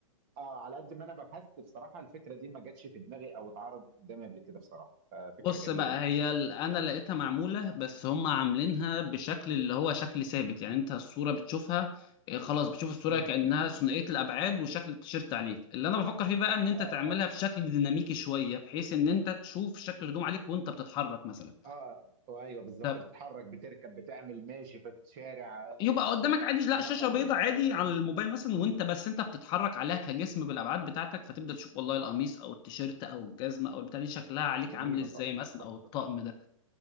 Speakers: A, on the right; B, on the left.
A: اه على قد ما انا بحثت بصراحه الفكره دي ما جاتش في دماغي او اتعرضت قدامي قبل كده بصراحه ففكره
B: بص
A: جميله
B: بقى
A: يعني
B: هي ال- انا لقيتها معموله بس هم عاملينها بشكل اللي هو شكل ثابت يعني انت الصوره بتشوفها إيه، خلاص بتشوف الصوره
A: م- م-
B: كانها
A: م.
B: ثنائيه الابعاد وشكل التيشيرت عليك اللي انا بفكر فيه بقى ان انت
A: اه
B: تعملها بشكل
A: اه
B: ديناميكي شويه بحيث ان انت تشوف شكل الهدوم عليك وانت بتتحرك مثلا
A: اه اه ايوه بالظبط
B: طب
A: بتتحرك بتركب بتعمل ماشي في الشارع آه،
B: يبقى قدامك عادي لا
A: لا
B: شاشه
A: طبعا
B: بيضاء
A: طبعا
B: عادي على الموبايل مثلا وانت بس انت بتتحرك عليها كجسم بالابعاد بتاعتك فتبدا تشوف والله القميص او التيشيرت او الجزمه او البتاع دي شكلها عليك
A: جميله
B: عامل ازاي
A: طبعا
B: مثلا
A: تحفه
B: او الطقم ده